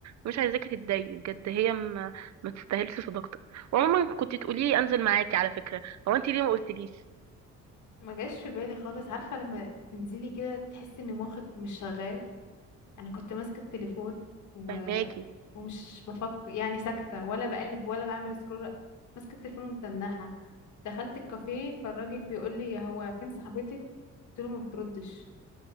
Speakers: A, on the right (about 65°); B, on the left (about 75°).
A: مش عايزاكي تتضايقي بجد هي ما, ما تستاهلش صداقتك وعموما كنت تقولي انزل معاكي على فكره هو انتي ليه ما قلتليش
B: ما جاش في بالي خالص عارفة لما تنزلي كده تحسي ان مخك مش شغال انا كنت ماسكة التليفون و...
A: فهماكي
B: ومش بفكر يعني ساكتة ولا بقلب ولا بعمل سكرول ماسكة التليفون ومتنحة دخلت الكافيه فالراجل بيقول لي هو فين صاحبتك قلت له ما بتردش